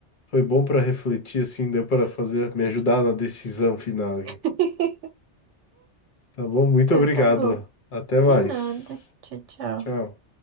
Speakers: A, on the left (about 45°); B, on the right (about 80°).
A: foi bom para refletir assim, deu para fazer me ajudar na decisão final aqui.
B: <laughs>
A: Tá bom? Muito
B: Então
A: obrigado.
B: tá bom.
A: Até mais.
B: De nada. Tchau, tchau.
A: Tchau.